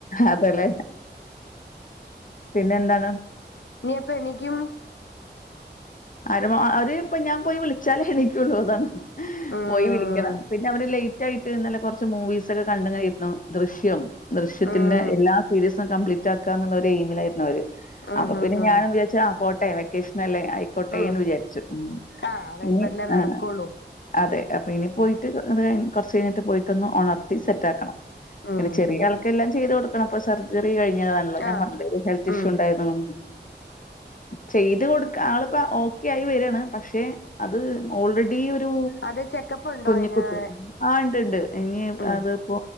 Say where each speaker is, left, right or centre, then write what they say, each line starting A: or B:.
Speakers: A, on the left (about 45°); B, on the left (about 80°).
A: അതെല്ലേ പിന്നെ എന്താണ്
B: ഇനി എപ്പം എണീക്കും
A: ആര അവര് ഇപ്പ ഞാൻ പോയി വിളിച്ചാലേ എനിക്കള്ളൂ അതാണ്
B: ഉം
A: പോയി വിളിക്കണം പിന്നെ അവര് ലറ്റ് തായിട്ട് ഇന്നലെ കുറച്ച് മൂവീസ് ഒക്കെ കണ്ട കിരുന്നു ദൃശ്യം ദൃശ്യത്തിന്റെ
B: ഉം
A: എല്ലാ സീരീ <unintelligible> തു കംപ്ലിറ്റആകുക എന്ന എയിമിലായിരുന്നു അവര്
B: ഉം
A: അപ്പൊ
B: ഉം
A: പിന്നെ
B: ഉം
A: ഞാൻവിചാരിച്ചു പോട്ടെ വെക്കേഷല്ലേ കൊട്ടേന്ന്
B: ഉം
A: വിചാരിച്ചു
B: ആഹ് അതാ
A: ഇനി
B: ഇപ്പഴല്ലേ നടക്കുള്ളൂ
A: ആഹ് അതെ അപ്പൊ ഇനി പോയിട്ട്അതുകഴിഞ്ഞ കുറച്ചു കഴിഞ്ഞിട്ട് പോയിട്ടൊന്ന് ഉണർത്തി സെറ്റ് ആക്കണം
B: ഉം
A: പിന്നെ ചെറിയ ആൾക്കെല്ലാം ചെയ്ത് കൊടുക്കണം അപ്പ സർജറി കഴിഞ്ഞ ഞാൻ
B: ആഹ്
A: പറഞ്ഞില്ലേ ഒരു ഹെൽത്തിഇഷ്യൂ
B: ഉം
A: ഉണ്ടായിരുന്നു ചെയ്തുകൊടുക്കുക ഓക്കെ ആയി വരാണ് പക്ഷെ അത് ഓൾറെഡി ഒരു
B: അത് ചെക്കപ്പ് ഉണ്ടോ
A: കുഞ്ഞ
B: അയിന്
A: കുട്ടെ ആഹ് ഉണ്ട് ഇനി
B: ഉം
A: അതിപ്പോ